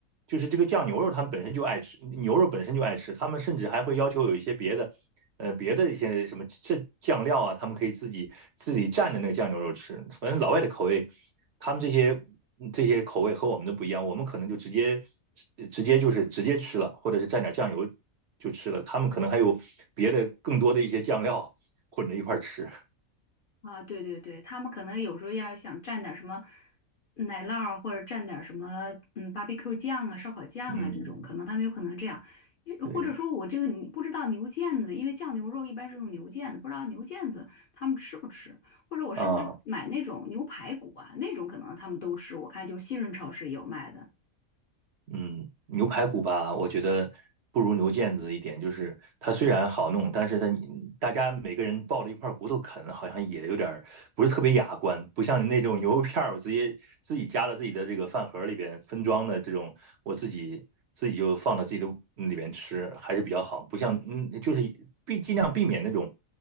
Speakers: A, on the right; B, on the left.
A: 就是这个酱牛肉，他们本身就爱吃，牛肉本身就爱吃，他们甚至还会要求有一些别的。呃别的一些什么这酱料啊，他们可以自己自己蘸着那个酱牛肉吃。反正老外的口味，他们这些这些口味和我们的不一样，我们可能就直接直接就是直接吃了，或者是蘸点酱油就吃了。他们可能还有别的更多的一些酱料混着一块儿吃。
B: 啊，对对对，他们可能有时候要想蘸点儿什么奶酪儿或者蘸点儿什么嗯 barbecue 酱啊、烧烤酱啊这种，
A: 嗯，
B: 可能他们有可能这样。
A: 对
B: 或者说我这个你不知道牛腱子，因为酱牛肉一般是用牛腱子，不知道牛腱子他们吃不吃，或者我是不是买那种牛排骨啊，
A: 啊，
B: 那种可能他们都吃，我看就是新润超市也有卖的。
A: 嗯，牛排骨吧，我觉得不如牛腱子一点，就是它虽然好弄，但是它大家每个人抱着一块骨头啃，好像也有点儿不是特别雅观，不像你那种牛肉片儿，我直接自己夹到自己的这个饭盒里边分装的这种，我自己自己就放到自己的里边吃，还是比较好，不像嗯，就是避尽量避免那种